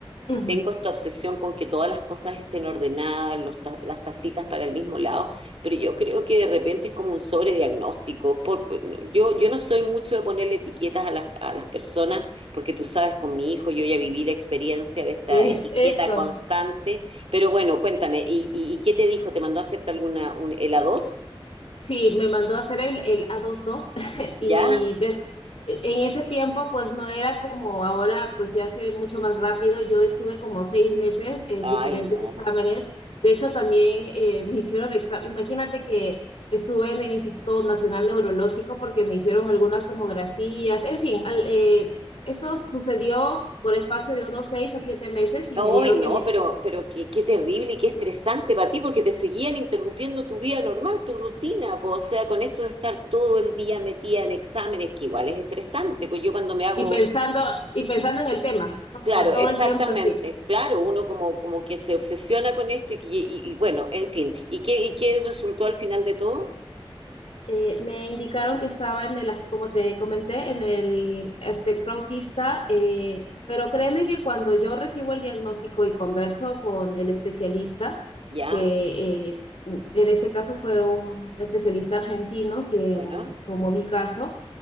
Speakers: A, on the left (about 75°); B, on the right (about 75°).
A: uh -huh.
B: tengo esta obsesión con que todas las cosas estén ordenadas, los ta- las tacitas para el mismo lado, pero yo creo que de repente es como un sobrediagnóstico. Por, no, yo, yo no soy mucho de ponerle etiquetas a las, a las personas, porque tú sabes, con mi hijo yo ya viví la experiencia de esta
A: es,
B: etiqueta
A: eso,
B: constante. Pero bueno, cuéntame, ¿y, y- y qué te dijo? ¿Te mandó a hacerte alguna, un, el a dos
A: Sí, me mandó a hacer el, el A22 <laughs>
B: ¿Ya?
A: y des- e, en ese tiempo pues no era como ahora, pues se hace mucho más rápido. Yo estuve como seis meses en
B: Ay,
A: diferentes
B: no.
A: exámenes. De hecho, también eh, me hicieron examen. Imagínate que estuve en el Instituto Nacional Neurológico porque me hicieron algunas tomografías. En fin, al- eh, esto sucedió por espacio de unos seis a siete meses y
B: Hoy
A: me dieron
B: no,
A: el... dia-
B: pero, pero qué, qué terrible y qué estresante para ti, porque te seguían interrumpiendo tu vida normal, tu rutina, po. O sea, con esto de estar todo el día metida en exámenes, que igual es estresante, pues yo cuando me hago,
A: Y pensando, y pensando en el tema, ¿no?
B: claro,
A: O sea, todo
B: exactamente,
A: el tiempo así.
B: claro, uno como, como que se obsesiona con esto y, que- y- y bueno, en fin, ¿y qué, y qué resultó al final de todo?
A: eh, me indicaron que estaba en el, como te comenté, en el espectro autista, eh, pero créeme que cuando yo recibo el diagnóstico y converso con el especialista,
B: Ya,
A: que eh, en este caso fue un especialista argentino quien
B: bueno,
A: tomó mi caso,